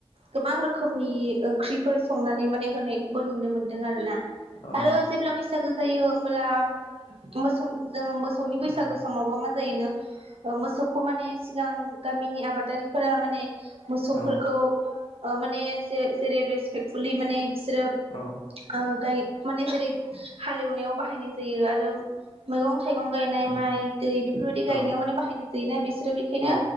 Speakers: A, on the right (about 85°); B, on the left (about 75°).
A: गोबां रोखोमनि ओंख्रिफोर संनानै माने होनायखौबो नुनो मोनदों आरो ना।
B: औ
A: आरो जेब्ला बैसागो होयो होमब्ला मोसौ जोंङो मोसौ सौनि बैसागु
B: उम
A: समावबो मा जायो नो। ओ मोसौखौ माने सिगां। गामिनि आबादारिफोरा माने। मोसौफोरखौ।
B: औ
A: ओ माने जे-जेरै रेसपेक्फुलि माने बि। सोरो ओ
B: औ
A: गाय। माने जेरै हालेवनायाव बाहायनाय जायो आरो। मैगं। थाइगं गायनाय
B: उम
A: माइ दै बेफोरबायाददि
B: औ
A: गायनायाव माने बाहायनाय जायोना बिसोरो बेखायनो
B: औ